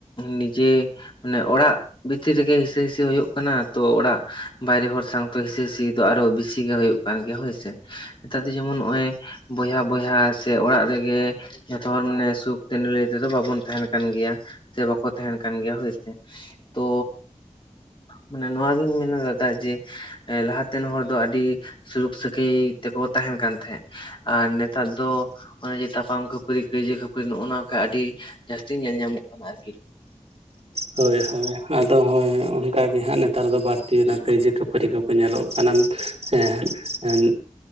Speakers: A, on the left (about 40°); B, on the right (about 55°).
A: ᱱᱤᱡᱮ ᱢᱟᱱᱮ ᱚᱲᱟᱜ ᱵᱷᱤᱛᱤᱨ ᱨᱮᱜᱮ ᱦᱤᱥᱟᱹ ᱦᱤᱥᱤ ᱦᱩᱭᱩᱜ ᱠᱟᱱᱟ ᱛᱚ ᱚᱲᱟᱜ ᱵᱟᱭᱨᱮ ᱦᱚᱲ ᱥᱟᱶᱛᱮ ᱦᱤᱥᱟᱹ ᱦᱤᱥᱤ ᱫᱚ ᱟᱨᱚ ᱵᱤᱥᱤ ᱜᱮ ᱦᱩᱭᱩᱜ ᱠᱟᱱ ᱜᱮᱭᱟ ᱦᱳᱭᱥᱮ, ᱱᱮᱛᱟᱨ ᱫᱚ ᱡᱮᱢᱚᱱ ᱱᱚᱜᱼᱚᱭ ᱵᱚᱭᱦᱟ ᱵᱚᱭᱦᱟ ᱥᱮ ᱚᱲᱟᱜ ᱨᱮᱜᱮ ᱡᱚᱛᱚ ᱦᱚᱲ ᱢᱟᱱᱮ ᱥᱩᱠ ᱛᱮ ᱱᱤᱞᱟᱹᱭ ᱛᱮᱫᱚ ᱵᱟᱵᱚᱱ ᱛᱟᱦᱮᱸᱱ ᱠᱟᱱ ᱜᱮᱭᱟ, ᱥᱮ ᱵᱟᱠᱚ ᱛᱟᱦᱮᱸᱱ ᱠᱟᱱ ᱜᱮᱭᱟ ᱦᱳᱭᱥᱮ᱾ ᱛᱚ ᱢᱟᱱᱮ ᱱᱚᱣᱟᱜᱤᱧ ᱢᱮᱱᱟ ᱫᱟᱫᱟ ᱡᱮ ᱮ ᱞᱟᱦᱟᱛᱮᱱ ᱦᱚᱲ ᱫᱚ ᱟᱹᱰᱤ ᱥᱩᱞᱩᱠ ᱥᱟᱹᱜᱟᱹᱭ ᱛᱮᱠᱚ ᱛᱟᱦᱮᱸᱱ ᱠᱟᱱ ᱛᱟᱦᱮᱸᱫ᱾ ᱟᱨ ᱱᱮᱛᱟᱨ ᱫᱚ ᱚᱱᱮ ᱡᱮ ᱛᱟᱯᱟᱢ ᱠᱷᱟᱹᱯᱟᱹᱨᱤ ᱠᱟᱹᱭᱡᱟᱹ ᱠᱷᱟᱹᱯᱟᱹᱨᱤ ᱱᱚᱸᱜᱼᱚ ᱱᱚᱣᱠᱟ ᱟᱹᱰᱤ ᱡᱟᱹᱥᱛᱤ ᱧᱮᱞ ᱧᱟᱢᱚᱜ ᱠᱟᱱᱟ ᱟᱨᱠᱤ᱾
B: ᱦᱳᱭ, ᱦᱳᱭ᱾ ᱟᱫᱚ ᱦᱳᱭ ᱦᱳᱭ ᱚᱱᱠᱟ ᱜᱮ ᱦᱟᱸᱜ ᱱᱮᱛᱟᱨ ᱫᱚ ᱵᱟᱹᱲᱛᱤ ᱚᱱᱟ ᱠᱟᱹᱭᱡᱟᱹ ᱠᱷᱟᱹᱯᱟᱹᱨᱤ ᱠᱚᱯᱮ ᱧᱮᱞᱚᱜ ᱠᱟᱱᱟ᱾ ᱥᱮᱸ ᱮᱱ